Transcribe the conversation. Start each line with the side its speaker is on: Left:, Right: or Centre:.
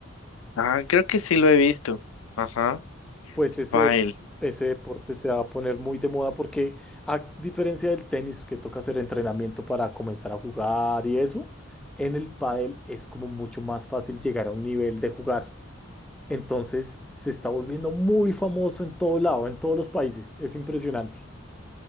Left: Ah, creo que sí lo he visto. Ajá.
Centre: pues ese,
Left: Pile.
Centre: ese deporte se va a poner muy de moda porque a diferencia del tenis que toca hacer entrenamiento para comenzar a jugar y eso, en el pádel es como mucho más fácil llegar a un nivel de jugar. Entonces se está volviendo muy famoso en todo lado, en todos los países. Es impresionante.